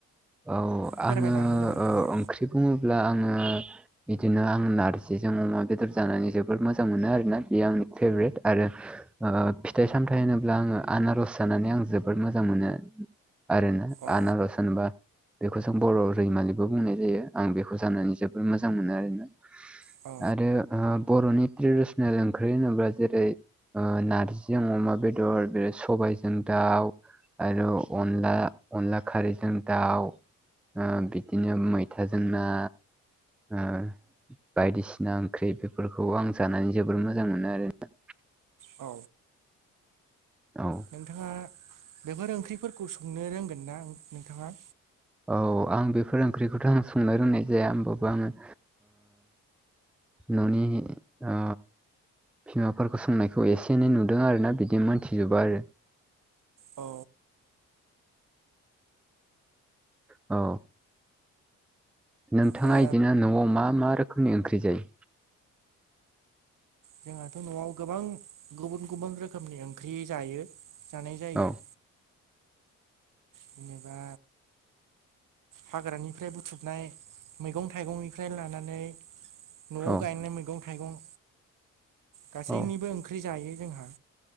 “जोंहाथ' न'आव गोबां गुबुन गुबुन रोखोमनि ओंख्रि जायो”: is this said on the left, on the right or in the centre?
Right